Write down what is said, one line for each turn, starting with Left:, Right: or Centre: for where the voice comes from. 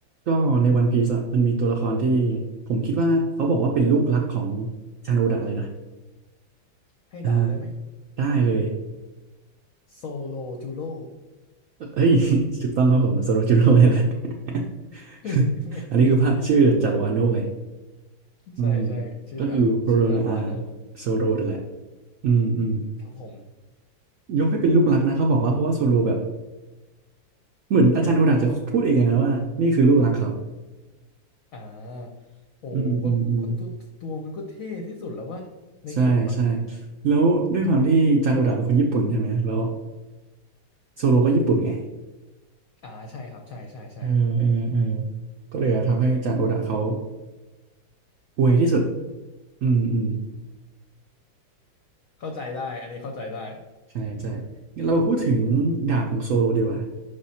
Right: ก็ในวันพีซอะมันมีตัวละครที่ผมคิดว่าเขาบอกว่าเป็นลูกรักของชาจารย์โอดะเลยนะ
Left: ให้เดาได้ไหม
Right: อ่าได้เลย
Left: โซโลจูโร่
Right: เอ้ย <laughs> ถูกต้องครับผมโซโรจิโร่นี่แหละ <laughs>
Left: <laughs>
Right: อันนี้คือพระชื่อจากวาโนะไงอืม
Left: ใช่ใช่ชื่อจากชื่อจากวาโนะ
Right: ก็คือโรโรนาอาโซโรนั่นแหละอืมอืม
Left: ครับผม
Right: ยกให้เป็นลูกรักนะเขาบอกว่าเพราะว่าโซโลแบบเหมือนอาจารย์โอดาจะพูดเองเลยนะว่านี่คือลูกรักเขา
Left: อ่าโอ้ก็ก็ตัวตัวมันก็เท่ที่สุดแล้ววะในกลุ่มอ่ะ
Right: อืมอืมอืมใช่ใช่แล้วด้วยความที่อาจารย์โอดาเป็นคนญี่ปุ่นใช่ไหมแล้วโซโลก็ญี่ปุ่นไง
Left: อ่าใช่ครับใช่ใช่ใช่
Right: อืมอืมอืมก็เลยทำให้จานโอดะเขาอวยที่สุดอืมอืม
Left: เข้าใจได้อันนี้เข้าใจได้
Right: ใช่ใช่งั้นเรามาพูดถึงดาบของโซโลดีกว่า